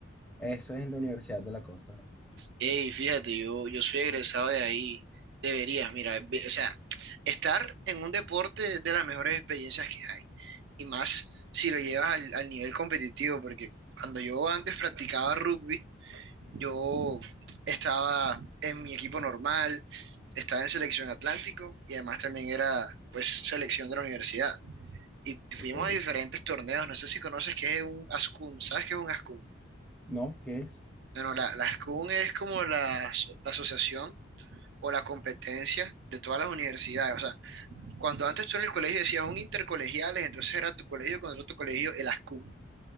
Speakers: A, in the centre; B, on the right.
A: Eso es en la Universidad de la Costa.
B: Ey, fíjate, yo, yo soy egresado de ahí. Deberías, mira, ve- o sea, estar en un deporte es de las mejores experiencias que hay. Y más si lo llevas al, al nivel competitivo, porque cuando yo antes practicaba rugby, yo estaba en mi equipo normal, estaba en selección Atlántico y además también era, pues, selección de la universidad. Y
A: Ok,
B: fuimos a diferentes torneos, no sé si conoces qué es un ASCUN, ¿sabes qué es un ASCUN?
A: ¿No? ¿Qué es?
B: Bueno, la, la ASCUN es como la, aso- la asociación o la competencia de todas las universidades. O sea, cuando antes tú en el colegio decías un intercolegiales, entonces era tu colegio contra otro colegio, el ASCUM